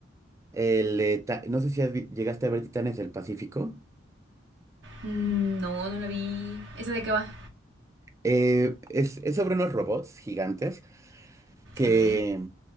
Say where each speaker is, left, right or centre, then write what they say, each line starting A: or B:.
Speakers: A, on the right; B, on the right.
A: El, eh, ta- no sé si has vi- llegaste a ver Titanes del Pacífico.
B: Mm, No, no la vi. ¿Esa de qué va?
A: Eh, es, es sobre unos robots gigantes que,
B: Ok.